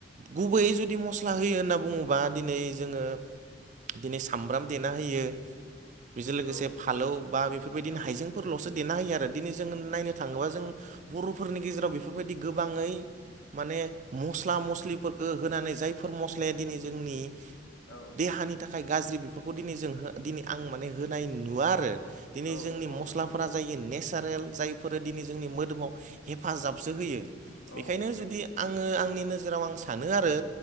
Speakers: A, on the right (about 40°); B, on the left (about 85°).
A: गुबैयै जुदि मस स्ला होयो होनना बुङोबा
B: औ
A: दिनै जोङो दिनै सामब्राम देना होयो बेजों लोगोसे
B: औ
A: फालौ बा बेफोरबायदिनो
B: औ
A: हाइजेंफोरल'सो देना होयो आरो दिनै जों नायनो थाङोबा जों बर'फोरनि गेजेराव बेफोरबायदि गोबाङै माने मस्ला मस्लिफोरखौ होनानै जायफोर मस्लाया दिनै जोंनि
B: औ
A: देहानि थाखाय गाज्रि बेफोरखौ दिनै जों हो दिनै आं माने होनाय नुवा आरो। दिनै
B: औ
A: जोंनि
B: औ
A: मस्लाफोरा
B: नंगौ
A: जायो नेसारेल जाय- फोरो दिनै जोंनि मोदोमाव हेफाजाबसो होयो।
B: औ
A: बेखायनो
B: होयो
A: जुदि
B: होयो
A: आङो आंनि नोजोराव आं सानो आरो